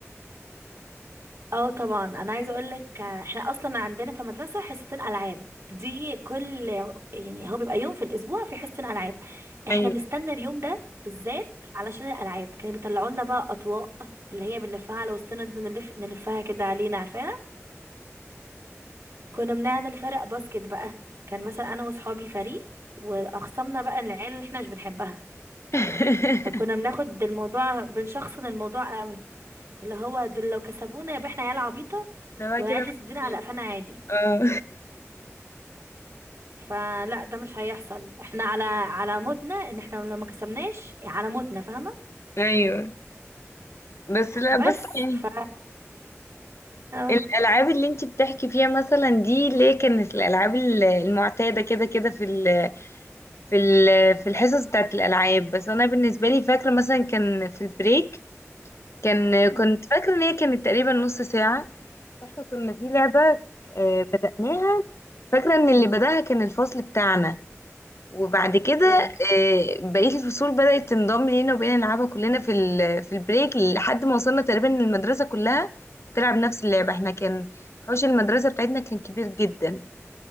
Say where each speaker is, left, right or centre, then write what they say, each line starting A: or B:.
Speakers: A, on the right; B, on the left.
A: اه طبعا انا عايزه اقول لك احنا اصلا عندنا في المدرسه حصتين العاب دي كل يعني هو بيبقى يوم في الاسبوع في حصتين العاب احنا
B: ايوه
A: بنستنى اليوم ده بالذات علشان الالعاب كانوا بيطلعوا لنا بقى اطواق اللي هي بنلفها على وسطنا نفضل نلف نلفها كده علينا عارفاها كنا بنعمل فرق باسكت بقى كان مثلا انا واصحابي فريق واخصمنا بقى العيال اللي احنا مش بنحبها
B: <laughs>
A: فكنا بناخد الموضوع بنشخصن الموضوع قوي اللي هو دول لو كسبونا يبقى احنا عيال عبيطه
B: احنا بقى
A: والعيال
B: كده مبسوطين.
A: دي تدينا على قفانا عادي
B: اه
A: فلا ده مش هيحصل احنا على على موتنا ان احنا لو ما كسبناش على موتنا فاهمة
B: <laughs> ايوه بس لا
A: بس
B: بص يعني
A: ف اه
B: الالعاب اللي انت بتحكي فيها مثلا دي ليه كانت الالعاب ال- المعتاده كده كده في ال في ال في الحصص بتاعت الالعاب بس انا بالنسبه لي فاكره مثلا كان في البريك كان كنت
A: أمم،
B: فاكره ان هي كانت تقريبا نص ساعه فاحنا كنا في لعبه آه، بدأناها فاكره ان اللي بدأها كان الفصل بتاعنا وبعد كده
A: اوكي
B: آه، بقية الفصول بدأت تنضم لينا وبقينا نلعبها كلنا في ال- في البريك لحد ما وصلنا تقريبا إن المدرسة كلها تلعب نفس اللعبة احنا كان حوش المدرسة بتاعتنا كان كبير جدا